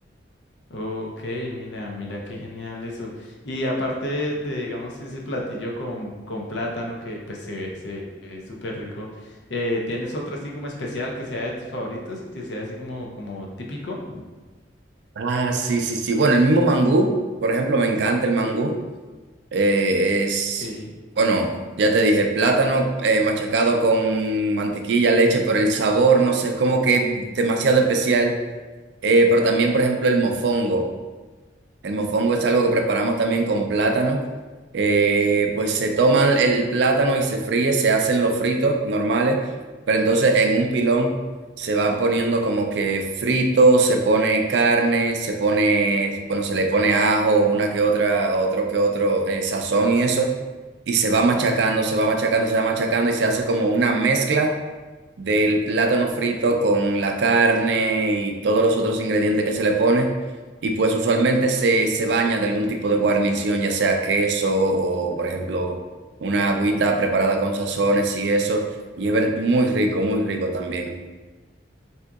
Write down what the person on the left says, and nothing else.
Ok, mira, mira qué genial eso. Y aparte de, de, digamos, ese platillo con, con plátano que pues se, se ve súper rico, eh, ¿tienes otro así como especial que sea de tus favoritos y que sea así como, como típico?
Sí,